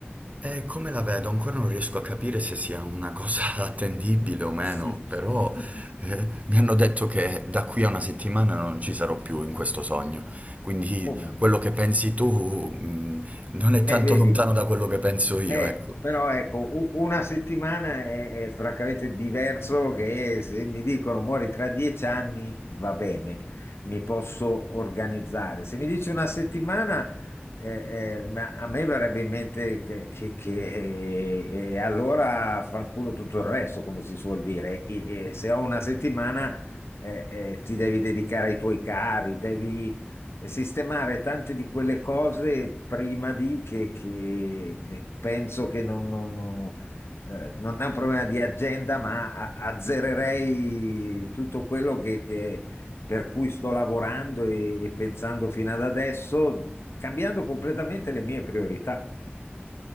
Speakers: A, on the right (about 35°); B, on the left (about 85°).
A: Eh, come la vedo? Ancora non riesco a capire se sia una cosa <laughs> attendibile o meno,
B: <laughs>
A: però
B: Mm.
A: eh, mi hanno detto che da qui a una settimana non ci sarò più in questo sogno, quindi
B: Oh mamma
A: quello
B: mia.
A: che pensi tu mh, non è tanto
B: Eh, vedi,
A: lontano da quello che penso io,
B: Eh,
A: ecco.
B: però ecco, u- una settimana è, è francamente diverso che se mi dicono muori tra dieci anni va bene, mi posso organizzare. Se mi dici una settimana, eh, eh, ma a me verrebbe in mente che, che- che- eh, e allora fanculo tutto il resto, come si suol dire. E- e se ho una settimana, eh, eh, ti devi dedicare ai tuoi cari, devi e sistemare tante di quelle cose prima di che, che, eh, penso che non, non- non- eh, non è un problema di agenda, ma a- azzererei tutto quello che, che- per cui sto lavorando e, e pensando fino ad adesso, cambiando completamente le mie priorità.